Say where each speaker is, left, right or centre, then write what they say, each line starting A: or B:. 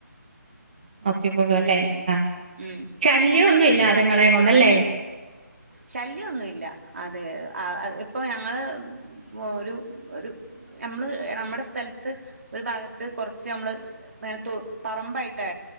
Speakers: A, on the right; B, on the right.
A: നോക്കിക്കോളൂ അല്ലേ ആ
B: ഉം
A: ശല്യന്നുല്ല അത്ങ്ങളെ കൊണ്ടല്ലേ
B: ശല്യന്നുല്ല അതെ ഇപ്പോൾ ഞങ്ങൾ ഒരു ഒരു നമ്മള് നമ്മടെ സ്ഥലത്ത് ഒരു ഭാഗത്ത് കൊറച്ച് നമ്മള് മേലത്തു പറമ്പായിട്ടാ